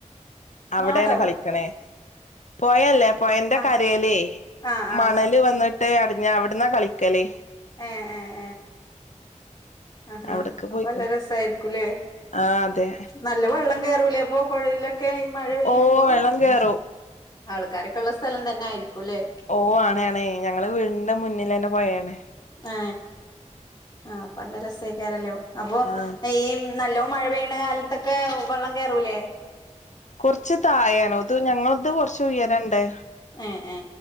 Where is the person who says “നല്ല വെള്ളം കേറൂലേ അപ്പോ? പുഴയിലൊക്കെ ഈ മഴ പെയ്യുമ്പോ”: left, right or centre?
Left